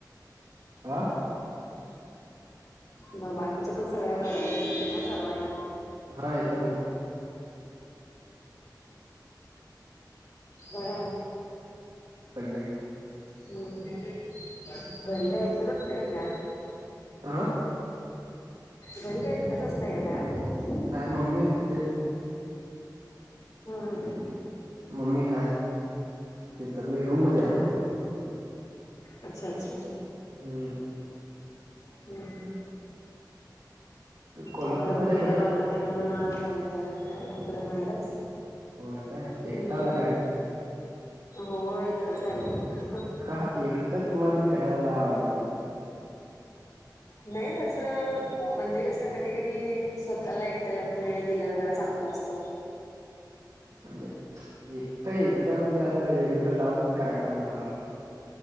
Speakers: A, on the right; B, on the left.
A: आह
B: म बाकीच्या पण सगळ्या गाड्या येत असतील ना चालवायला
A: हा येतात ना
B: बा
A: स जा का
B: ह घरी का ऐकतचते का का?
A: आा
B: घरी तर एकतच असतय का काय म्हणलं.
A: नाही मम्मी ते
B: हम् हम.
A: मम्मी हाय तथ मी रूम मध्ये
B: हां
A: आहे.
B: हां हां. अच्छा अच्छा.
A: हम्.
B: हम्म.
A: कोल्हापूरमध्ये
B: आम्हाला पण फिरायला
A: कुठं
B: आवडतते म्हणून आज झालंय जरा फिरायला इकडे बाहेरच
A: हो काय एकटाला
B: हम्म.
A: काय?
B: हो एकच आहे.
A: का एकटं तुमला फिरागाला आवडते आडत.
B: नाही तस म्हणजे कस कधी कधी स्वतःला ऐटला म्हण वेळ दिलेला जरा चांग मस्त.
A: म्हणजे एकटा एकटा म्हणजे असं एकटं जाऊन काय करणार?